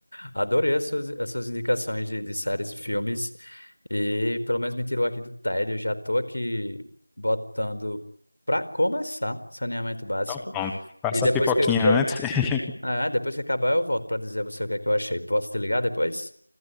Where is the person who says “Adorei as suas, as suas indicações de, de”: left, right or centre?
Left